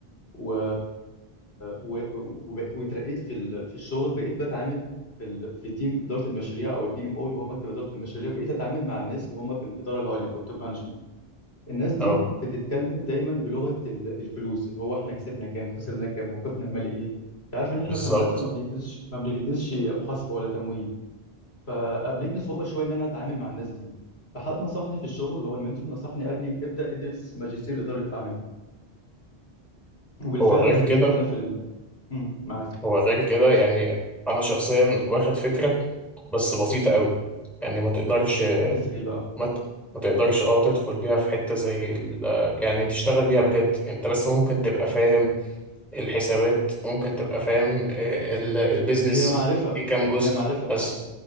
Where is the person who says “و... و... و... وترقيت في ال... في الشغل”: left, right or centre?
Left